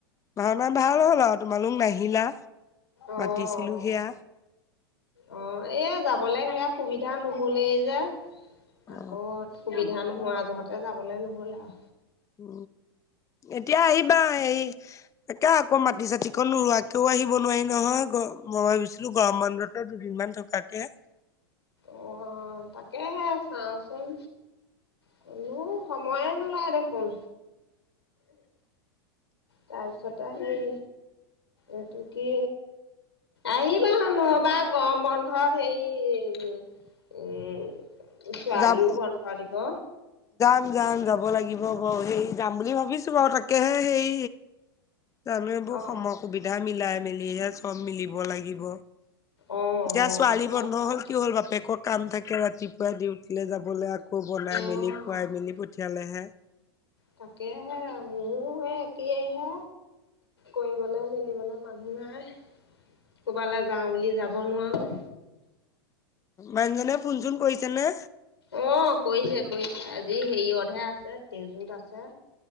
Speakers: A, on the left; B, on the left.
A: ভাওনা ভাল হল আও তোমালোক নাহিলা
B: অ',
A: মাতিছিলো সেয়া।
B: অ এ যাবলে সেয়া সুবিধা নহলে যে।
A: অ
B: আকৌ সুবিধা নোহোৱা যহতে যাবলে নহ'ল আও।
A: উ এতিয়া আহিবা হেৰি তাকে আকৌ মাটি চাতি নুওৰুৱাকেও আহিব। নোৱাৰি নহয় গ মই ভাবিছিলো গৰম বন্ধটোত দুদিনমান থকাকে।
B: অ তাকেহে চাওঁচোন। কলো সময়ে নোলায় দেখোন। তাৰপিছতে সেই এইটো কি। আহিবা হ নহবা গৰমবন্ধত হেৰি উ উম। ছোৱালীও
A: যাম
B: বন্ধ দিব।
A: যাম যাব লাগিব বাৰু সেই যাম বুলি ভাবিছো বাও তাকেহে সেই। জানো এইবোৰ
B: অ', অ',
A: সময় সুবিধা মিলাই মেলিহে চব মিলিব লাগিব।
B: অ',
A: এইয়া ছোৱালী
B: হয়
A: বন্ধ
B: বাৰু
A: হ'ল কি হ'ল, বাপেকৰ কাম থাকে ৰাতি। ডিউটিলে যাবলে আকৌ বনাই মেলি
B: অ'।
A: খুৱাই মেলি পঠিয়ালেহে।
B: তাকেহে, মোৰে একেইহে কৰিবলৈ মেলিবলৈ। মানুহ নাই ক'ৰবালে যাওঁ বুলি যাব নোৱাৰোঁ।
A: মানুহজনে ফোনচোন কৰিছে নে।
B: অ', কৰিছে আজি হেৰিয়তহে আছে তেজুত আছে